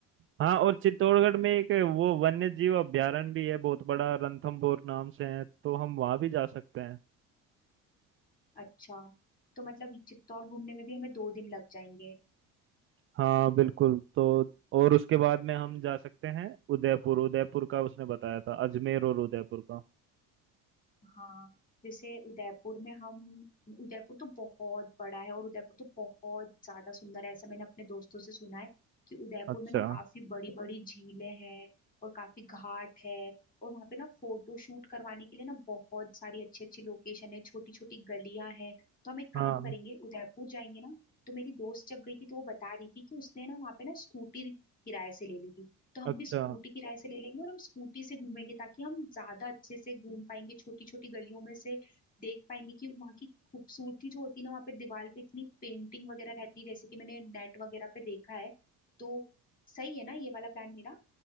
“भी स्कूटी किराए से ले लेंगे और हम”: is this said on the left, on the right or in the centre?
Left